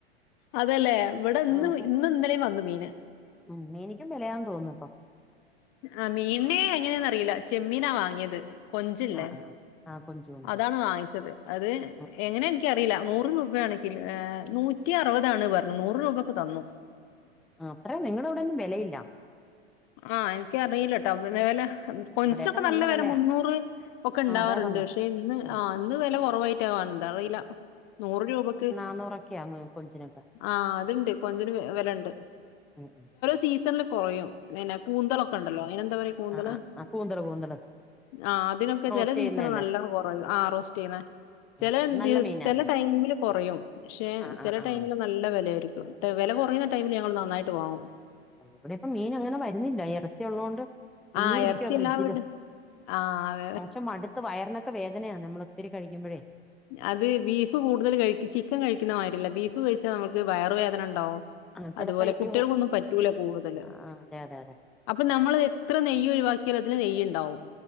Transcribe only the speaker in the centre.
ആ
ഇപ്പം
ഉം മീനിക്കും വിലയാെന്ന് തോന്നുന്നു ഇപ്പോ
ആ ആ ആ കൊഞ്ച് കൊഞ്ച്
ആ
ആഹ് അത്ര നിങ്ങള അവിടന്നും വിലയില്ല
ഇവിടെയൊക്കെ
വിലയാ
ആ അതാ പറഞ്ഞെ
ആ
ന്നുറക്ക കൊഞ്ചിനൊക്കെ
ഉം ഉം ഉം
ആ ആ കൂന്തള് കൂന്തള്
റോസ്റ്റ്
ചെയ്യുന്നതല്ലേ
ആഹ് നല്ല
മീനാ
അത്
ആഹ് ആഹ്
ആഹ്
ഇവ്ടെപ്പം മീൻ അങ്ങനെ വര്ന്നില്ല എറ ഇറച്ചിള്ളകൊണ്ട് ഇനിയുംഇരിക്കുവാ
ഫ്രിഡ്ജില്
മനുഷൻ മട് വയറിനൊക്ക വേദനയാന്നെ നമ്മളൊത്തിരി കഴിക്കുമ്പഴേ.
ആഹ് ചിലപ്പോ
ഈ
ആഹ് അതെ അതെ അതെ